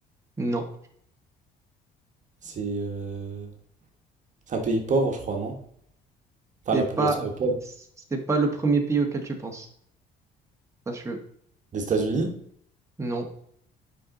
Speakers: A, on the right (about 15°); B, on the right (about 45°).
A: Non,
B: C'est euh, c'est un pays pauvre, je crois, non? Enfin,
A: c'est
B: la
A: pas
B: population est pauvre.
A: c'est pas le premier pays auquel tu penses. Sache-le.
B: Des États-Unis?
A: Non.